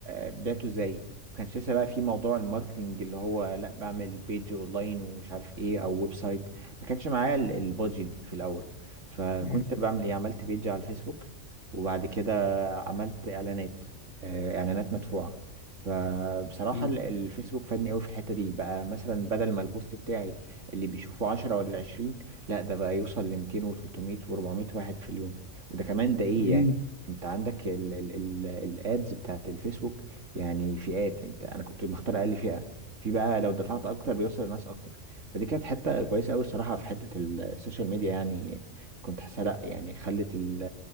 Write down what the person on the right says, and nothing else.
آه، بعته ازاي ما كانش لسه بقى في موضوع الماركتنج اللي هو لا بعمل بيج اونلاين ومش عارف ايه او ويب سايت ما كانش معايا ال- البادجت دي في الاول فكنت
بعمل ايه عملت بيج على الفيسبوك وبعد كده عملت اعلانات آه، اعلانات مدفوعه فبصراحة
ال- الفيسبوك فادني قوي في الحتة دي بقى مثلا بدل ما البوست بتاعي اللي بيشوفه 10 ولا 20 لا ده بقى يوصل ل 200 و300 و400 واحد في اليوم وده كمان ده ايه
يعني انت عندك ال ال ال الادز بتاعت الفيسبوك يعني فئات يعني انت انا كنت مختار اقل فئة في بقى لو دفعت اكتر بيوصل لناس اكتر فدي كانت حتة كويسة قوي الصراحة في حتة ال- السوشيال ميديا يعني كنت حاسة لا يعني خلت ال-